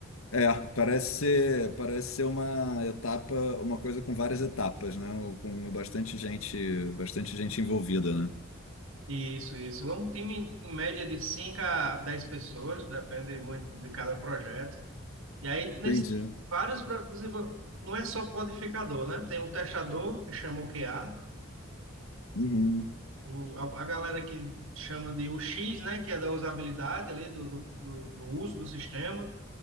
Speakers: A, on the left; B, on the right.
A: É, parece ser, parece ser uma etapa, uma coisa com várias etapas, né? Com bastante gente, bastante gente envolvida, né?
B: Isso, isso. É um time em em média de 5 a 10 pessoas, depende muito de cada projeto. E aí, nesse,
A: Entendi.
B: vários pro- desenvol- não é só codificador, né? Tem um testador, que chama o QA,
A: Uhum.
B: O- a, a galera que chama de UX, né, que é da usabilidade ali, do, do, do, do uso do sistema.